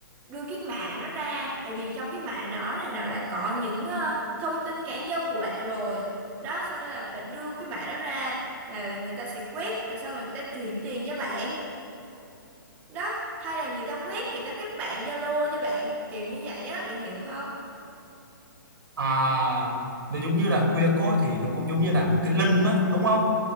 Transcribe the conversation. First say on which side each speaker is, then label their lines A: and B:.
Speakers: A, on the right; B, on the right.
A: đưa cái mã nó ra tại vì trong cái mã đó này nó đã có những ờ, thông tin cá nhân của bạn rồi. Đó xong rồi là bạn đưa cái mã đó ra là người ta sẽ quét rồi xong rồi người ta chuyển tiền cho bạn đó hay là người ta quét người ta kết bạn Zalo cho bạn kiểu như vậy á bạn hiểu không
B: À, nó giống như là QR code thì nó cũng giống như là một cái link đó đúng không?